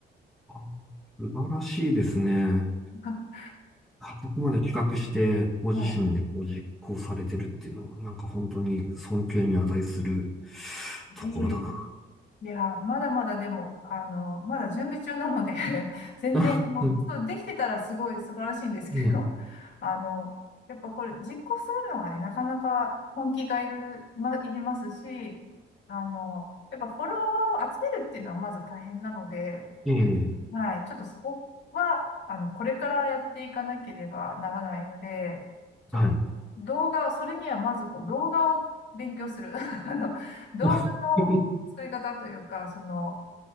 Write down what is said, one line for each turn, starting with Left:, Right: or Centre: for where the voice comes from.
Centre: あ素晴らしいですね。
Left: <laughs>
Centre: あそこまで企画して、ご自身でこう実行されてるっていうのは、
Left: は
Centre: なんか本当に尊敬に値するところだな。
Left: い。いえいえいや、まだまだでも、あの、まだ準備中なので <laughs>
Centre: <laughs>
Left: 全然、
Centre: あうん
Left: もう、そう、できてたらすごい素晴らしいんですけど、
Centre: ね
Left: <laughs> あの、やっぱこれ実行するのがね、なかなか本気がいる、ま、いりますし、あの、やっぱフォロワーを集めるっていうのはまず大変なので、
Centre: え、ええ、
Left: はい。ちょっとそこは、あの、これからやっていかなければならないので、ちょっと動画を、
Centre: はい。
Left: それにはまずこう動画を勉強する。<laughs> あの動画の作り方というか、
Centre: あ <laughs>
Left: その、